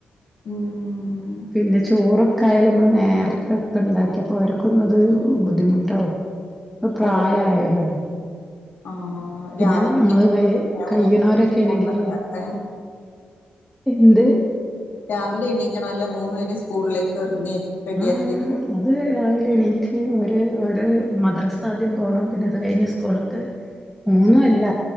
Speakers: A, on the left; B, in the centre.
A: ഉം
B: പിന്നെ ചോറൊ ക്കായാൽ നമ്മള് നേരത്തെ ഒക്കെ ഇണ്ടാക്കിയപ്പോ അവർക്കൊന്നത് ബുദ്ധിമുട്ടാവും പ്രായായോരാണ്
A: ഓ ഓ ആഹ്
B: പിന്നെ
A: രാവിലെ
B: നമ്മള് വ
A: എണീക്കണോ
B: കയ്യ്ണോരൊക്കെ
A: മൂന്ന് പേരെ സ്കൂളിലൊക്കെ
B: ആണെങ്കില്
A: ആക്കാൻ
B: എന്ത്
A: രാവിലെ എണീക്കണല്ലേ മൂന്ന പേരെ സ്കൂളിലേക്ക് <unintelligible>
B: ആ
A: വെക്കാൻ
B: അത് രാവിലെ എനിക്ക് അവര് ഒരു മദ്രസ ആദ്യം പോകണം പിന്നെ അത് കഴിഞ്ഞ് സ്കൂൾ മൂന്നും അല്ല